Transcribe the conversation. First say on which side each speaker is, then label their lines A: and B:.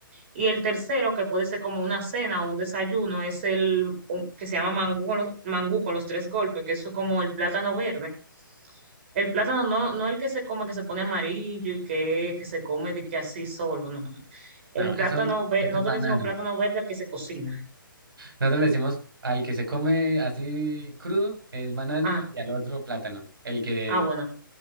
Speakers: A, on the right (about 35°); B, on the right (about 85°).
A: Y el tercero, que puede ser como una cena o un desayuno, es el un- que se llama mangú con los, mangú con los tres golpes, que eso es como el plátano verde, El plátano no, no el que se come, que se pone amarillo y que, que se come de que así solo, no, no. no. El
B: No, eso,
A: plátano verde,
B: eso
A: nosotros
B: es banano.
A: le decimos plátano verde al que se cocina.
B: Nosotros le decimos al que se come así crudo es banano
A: Ah,
B: y al otro plátano, el que
A: ah, bueno.